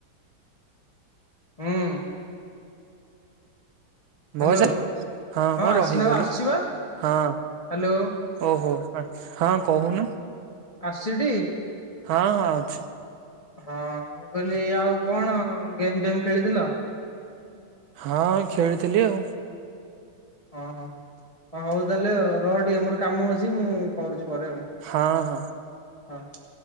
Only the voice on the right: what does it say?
ଭଏସ୍‌, ହଁ ବା
ରହିଗଲୁ।
ହଁ।
ଓହୋ। ହଁ କହୁନୁ।
ହଁ ହଁ ଆଉଛି।
ହଁ ଖେଳିଥିଲି ଆଉ।
ହଁ ହଁ